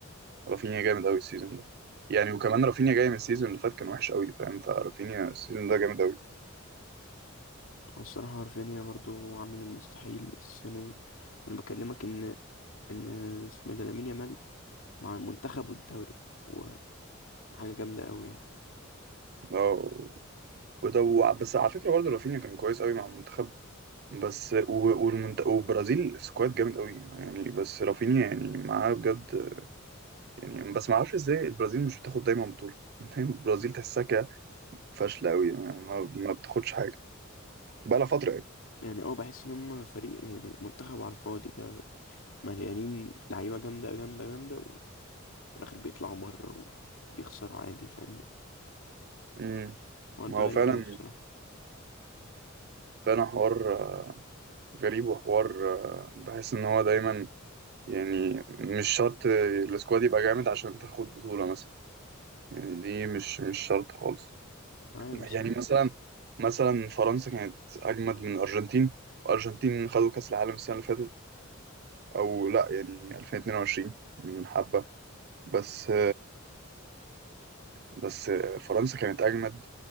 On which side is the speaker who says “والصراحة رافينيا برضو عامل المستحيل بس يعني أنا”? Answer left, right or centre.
Left